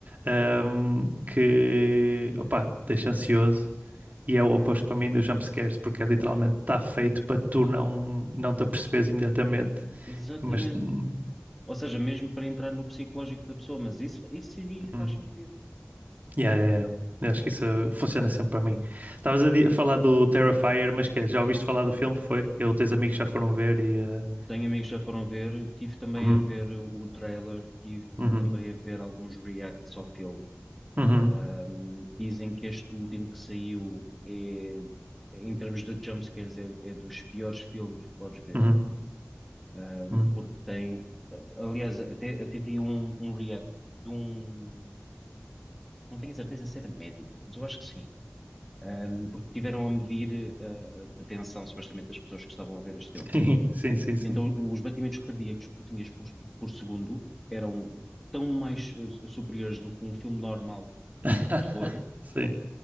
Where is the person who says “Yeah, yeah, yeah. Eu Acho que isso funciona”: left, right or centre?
Right